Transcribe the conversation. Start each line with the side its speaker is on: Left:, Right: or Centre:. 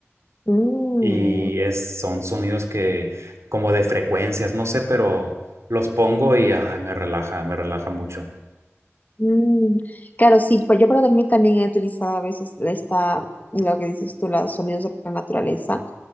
Left: Mm,
Right: y es, son sonidos que como de frecuencias, no sé, pero los pongo y ay, me relaja, me relaja mucho.
Left: mm. Claro, sí, pues yo para dormir también he utilizado a veces esta, lo que dices tú, los sonidos de la naturaleza